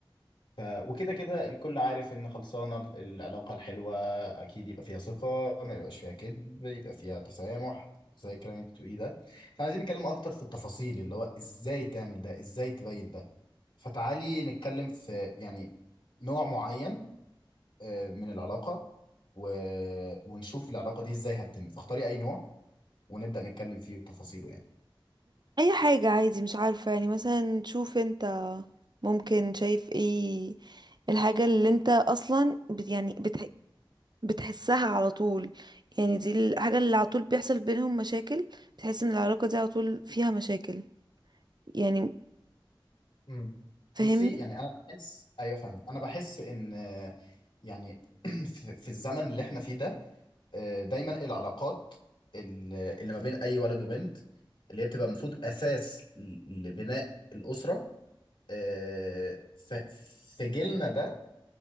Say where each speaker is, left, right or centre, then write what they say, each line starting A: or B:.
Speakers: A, on the left; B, on the right.
A: ف... وكده كده الكل عارف ان خلصانه العلاقه الحلوه اكيد يبقى فيها ثقه ما يبقاش فيها كذب يبقى فيها تسامح زي الكلام اللي انت بتقوليه ده فعايزين نتكلم اكتر في التفاصيل اللي هو ازاي تعمل ده ازاي تبين ده فتعالي نتكلم في يعني نوع معين آه، من العلاقه و... ونشوف العلاقه دي ازاي هتتم فاختاري اي نوع ونبدا نتكلم فيه وتفاصيله يعني
B: اي حاجة عادي مش عارفة يعني مثلا شوف انت ممكن شايف ايه الحاجة اللي انت اصلا بت... يعني بتح... بتحسها على طول يعني دي الحاجة اللي على طول بيحصل بينهم مشاكل بتحس ان العلاقة دي على طول فيها مشاكل يعني
A: مم.
B: فاهمني
A: بصي يعني انا بحس ايوه فاهمك انا بحس ان آه، يعني <clears throat> في في الزمن اللي احنا فيه ده آه، دايما العلاقات ال- اللي ما بين اي ولد وبنت اللي هي بتبقى المفروض اساس ل- لبناء الاسره آه، ف- في جيلنا ده